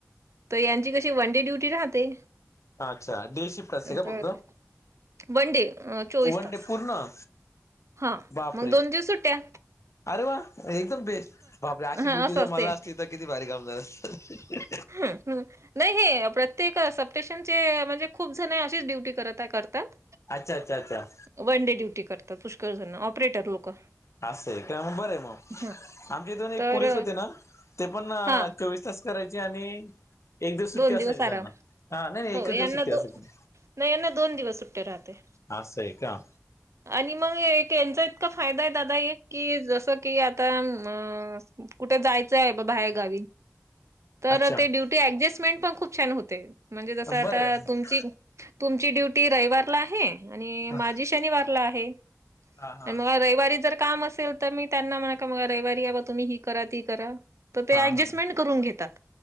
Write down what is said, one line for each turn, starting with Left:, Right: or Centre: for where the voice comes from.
Right: तर यांची कशी वनडे ड्युटी राहते
Left: अच्छा डे शिफ्ट असते का
Right: तर
Left: फक्त
Right: वनडे अ चोवीस
Left: वन
Right: तास.
Left: डे पूर्ण
Right: हा
Left: बापरे
Right: मग दोन दिवस सुट्या,
Left: अरे वा एकदम बेस्ट बापरे अशी
Right: हा
Left: ड्युटी
Right: असं
Left: जर
Right: असते
Left: मला असती तर किती भारी काम झालं असतं.
Right: ह नाही हे प्रत्येक सप्टेशनचे म्हणजे खूप जण अशीच ड्युटी करत करतात.
Left: अच्छा अच्छा अच्छा अच्छा
Right: वन डे ड्युटी करतात पुष्कळजण ऑपरेटर लोक.
Left: अस आहे का मग बरं मग
Right: ह
Left: आमच्या इथून एक
Right: तर
Left: पोलीस होते ना ते पण
Right: हा
Left: चोवीस तास करायचे आणि एक दिवस सुट्टी
Right: दोन
Left: असायची
Right: आराम
Left: त्यांना हा नाही नाही
Right: हो
Left: एकच
Right: यांना
Left: दिवस सुट्टी असायची.
Right: दो नाही यांना दोन दिवस सुट्टे राहते.
Left: आ सय का.
Right: आणि मग एक यांचा इतका फायदा आहे दादा एक की जसं की आता अ कुठे जायचं आहे बा बाहेर गावी तर
Left: अच्छा
Right: ते ड्युटी ऍडजस्टमेंट पण खूप छान होते म्हणजे जसं आता
Left: बरं आहे
Right: तुमची तुमची ड्युटी रविवारला आहे आणि
Left: हा
Right: माझी शनिवारला आहे,
Left: हा हा
Right: आणि मग रविवारी जर काम असेल तर मी त्यांना म्हणा रविवारी अबा तुम्ही ही करा ती करा तर ते
Left: हा
Right: ऍडजस्टमेंट
Left: हा
Right: करून घेतात.